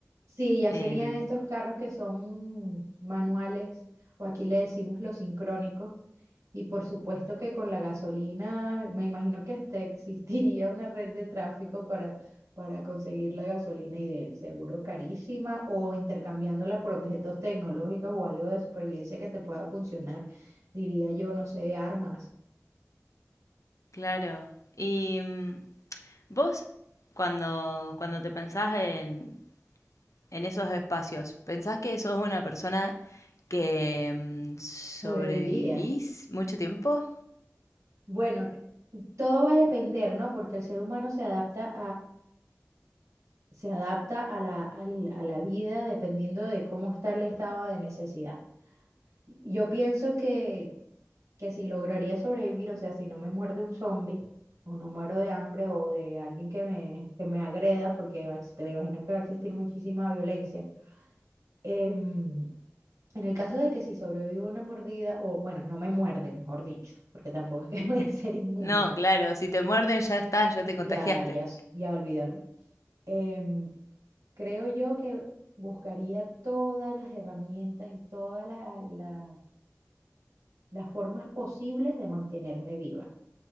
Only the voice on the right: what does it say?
Sí, ya
serían estos carros que son manuales, o aquí le decimos los sincrónicos. Y por supuesto que con la gasolina, me imagino que hasta <laughs> existiría una red de tráfico para, para conseguir la gasolina y de seguro carísima, o intercambiándola por objetos tecnológicos o algo de supervivencia que te pueda funcionar, diría yo, no sé, armas,
sobreviviría.
Bueno, todo va a depender, ¿no? Porque el ser humano se adapta se adapta a la, al- a la vida dependiendo de cómo está el estado de necesidad. Yo pienso que, que si lograría sobrevivir, o sea, si no me muerde un zombie, o no muero de hambre o de alguien que me, que me agreda, porque va a ex- me imagino que va a existir muchísima violencia. em, en el caso de que si sobrevivo a una mordida, o bueno, no me muerde, mejor dicho, porque tampoco es que <laughs> voy a ser inmune,
ya,
ya, s- ya olvídalo. Em, Creo yo que buscaría todas las herramientas y todas la- la- las formas posibles de mantenerme viva,